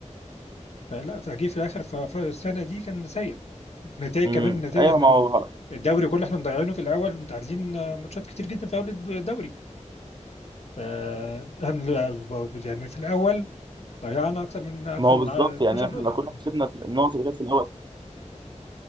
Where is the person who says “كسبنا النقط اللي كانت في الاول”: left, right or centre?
Right